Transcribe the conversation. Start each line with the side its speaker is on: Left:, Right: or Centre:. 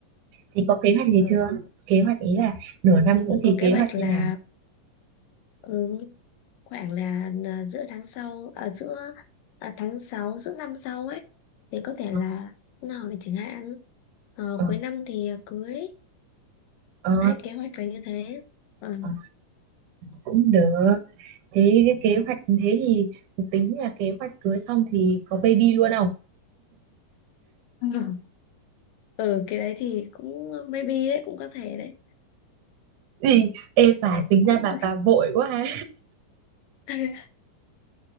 Right: thì có kế hoạch gì
Left: Ừ,
Right: chưa? Kế hoạch ý là nửa năm
Left: thì
Right: nữa
Left: cũng
Right: thì
Left: có kế
Right: kế
Left: hoạch
Right: hoạch
Left: là
Right: như nào?
Left: ừ, khoảng là, là giữa tháng sau à, giữa à, tháng 6 giữa năm sau ấy thì có thể
Right: Ờ,
Left: là hôm nào mình chẳng hạn ờ,
Right: ờ,
Left: cuối năm thì cưới
Right: ờ,
Left: Đấy, kế hoạch là như thế Ờ,
Right: ờ, cũng được. Thế cái kế
Left: ừ.
Right: hoạch thế thì tính là kế hoạch cưới xong thì có baby luôn không?
Left: <laughs> ừ cái đấy thì cũng ờ, maybe đấy cũng có thể đấy
Right: gì em bà
Left: cái này
Right: tính
Left: tôi
Right: ra
Left: cũng
Right: bà bà vội quá ha
Left: <laughs>